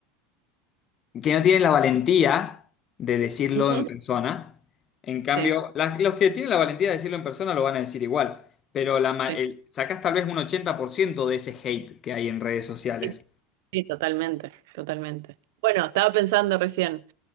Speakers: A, on the left; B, on the right.
A: que no tienen la valentía de decirlo
B: Ujú,
A: en persona. En cambio,
B: Sí,
A: la- los que tienen la valentía de decirlo en persona lo van a decir igual, pero la, ma-
B: sí,
A: el- sacás tal vez un 80% de ese hate que hay en redes sociales.
B: sí, sí, totalmente, totalmente. Bueno, estaba pensando recién,